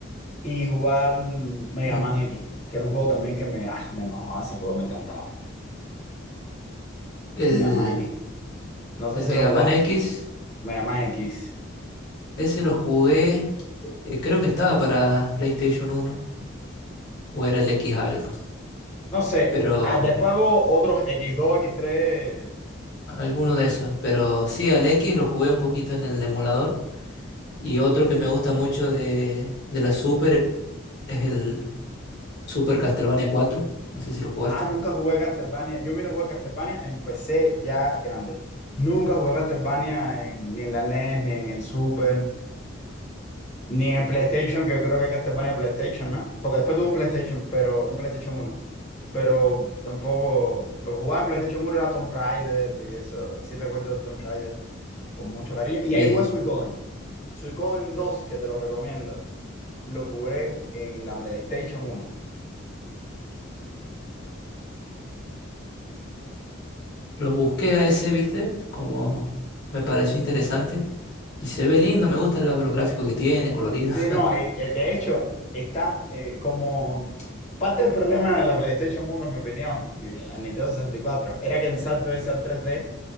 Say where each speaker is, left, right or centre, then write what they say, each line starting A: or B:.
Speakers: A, on the left (about 35°); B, on the left (about 55°).
A: y jugar mm, Mega
B: Mm.
A: Man X, que era un juego también que me, ah, me mamaba ese juego, me encantaba.
B: El,
A: Mega Man X. No
B: el
A: sé
B: Mega
A: si lo jugaste,
B: Man X,
A: Mega Man X.
B: ese lo jugué, eh, creo que estaba para PlayStation uno o era el X algo,
A: No sé,
B: pero
A: ah, después hubo otros x dos x tres
B: alguno de esos. Pero sí, al X lo jugué un poquito en el emulador. Y otro que me gusta mucho de, de la Super es el Super Castlevania 4. No sé si lo jugaste.
A: Ah, nunca jugué a Castlevania. Yo vine a jugar a Castlevania, empecé ya grande. Nunca jugué a Castlevania en- ni en la NES, ni en el Super, ni en PlayStation, que yo creo que Castlevania PlayStation, ¿no? Porque después tuve un PlayStation, pero un PlayStation uno. Pero tampoco. Lo que jugaba en PlayStation uno era Tomb Raider y eso. Sí recuerdo Tomb Raider con mucho cariño. Y
B: Sí,
A: ahí jugué Suicoden. Suicoden dos que te lo recomiendo, lo jugué en la PlayStation uno.
B: lo busqué a ese, ¿viste? Como me pareció interesante. Y se ve lindo, me gustan lo- los, gráficos que tiene, colorido.
A: Sí, no,
B: <laughs>
A: y, eh, de hecho está eh, como parte del problema de la PlayStation uno, en mi opinión, y de la Nintendo sesenta y cuatro, era que el salto ese al 3D